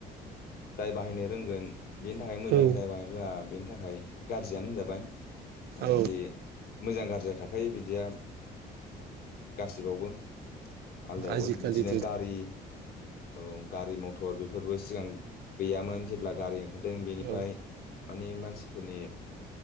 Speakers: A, on the left; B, on the right.
A: जाय बाहायनो रोंगोन बेनि थाखाय
B: औ
A: मोजां जाहबायानो रोङा बेनि थाखाय गाज्रियानो होनजाबाय मानोखि
B: औ
A: मोजां गाज्रिया थाखायो बिदिया गासिबावबो आलदायावबो
B: आजिखालि
A: बिदिनो गारि औ गारि मथर बेफोरबो सिगां गैयामोन जेब्ला गारि ओंखारदों बेनिफ्राय
B: औ
A: मानि मानसिफोरनि